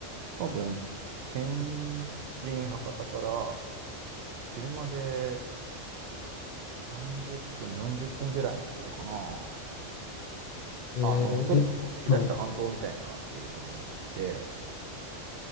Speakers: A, on the right (about 65°); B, on the left (about 65°).
A: 多分、天神、博多から車で30分、40分ぐらいのところかな。
B: えーえ、
A: あの、ちょっとこう突き出した半島みたいになっているところで、
B: はい。